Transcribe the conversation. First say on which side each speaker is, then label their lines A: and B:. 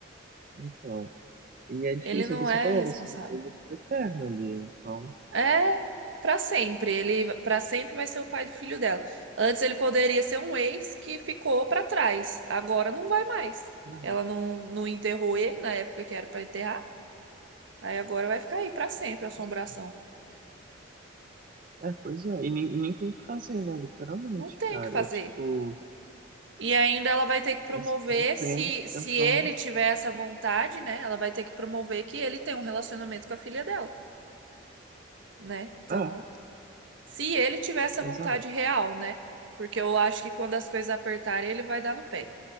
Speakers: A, on the right; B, on the right.
A: então. E é difícil,
B: Ele não
A: é o que você
B: é
A: falou,
B: responsável.
A: vai ser uma coisa, tipo, eterna ali. Então,
B: É pra sempre. Ele pra sempre vai ser o pai do filho dela. Antes ele poderia ser um ex que ficou pra trás. Agora não vai mais.
A: uhum.
B: Ela não, não enterrou ele na época que era pra enterrar. Aí agora vai ficar aí pra sempre
A: Nossa.
B: a assombração.
A: É, pois é, e nem, nem tem o que fazer, né? Literalmente,
B: Não tem
A: cara.
B: o que fazer.
A: É tipo,
B: E ainda ela vai ter que promover
A: é seguir em
B: se
A: frente
B: se
A: tentando.
B: ele tiver essa vontade, né? Ela vai ter que promover que ele tem um relacionamento com a filha dela, né? Então
A: Ah,
B: Se ele tiver essa
A: exato.
B: vontade real, né? Porque eu acho que quando as coisas apertarem, ele vai dar no pé.